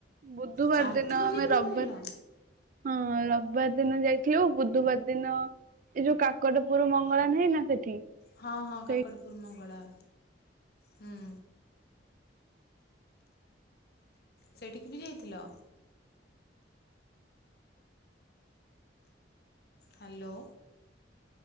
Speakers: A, on the right (about 45°); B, on the left (about 60°).
A: ବୁଧବାର
B: ଚାରି
A: ଦିନ ଆମେ
B: ଯାଇକି
A: ରବିବାର
B: ରହିଲ
A: ହଁ ରବିବାର ଦିନ ଯାଇଥିଲୁ ବୁଧବାର ଦିନ ଏଇ ଯୋଉ କା କଟ ପୁର ମଙ୍ଗଳା ନାହିଁ ନା ସେଠି?
B: ହଁ ହଁ କାକଟପୁର
A: ସେଇ
B: ମଙ୍ଗଳା ହୁଁ। ସେଇଠିକି ବି ଯାଇଥିଲ? ହାଲୋ।